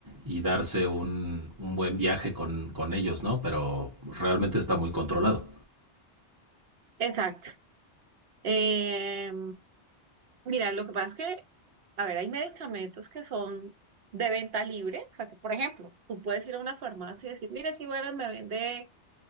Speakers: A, on the right; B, on the right.
A: y darse un, un buen viaje con, con ellos, ¿no? Pero realmente está muy controlado.
B: Exacto. Eh, mira, lo que pasa es que, a ver, hay medicamentos que son de venta libre. O sea, que por ejemplo, tú puedes ir a una farmacia y decir, mira, si bueno, me vende,